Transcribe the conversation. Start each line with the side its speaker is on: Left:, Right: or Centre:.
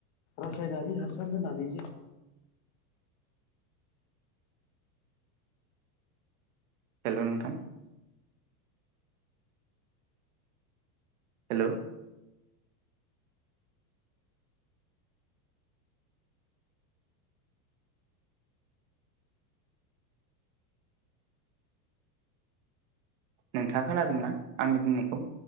Left: रासायनारि हासार होनानै जे,,
Right: हेल' नोंथां,, हेल'। नोंथाङा खोनादोंना? आंनि बुंनायखौ।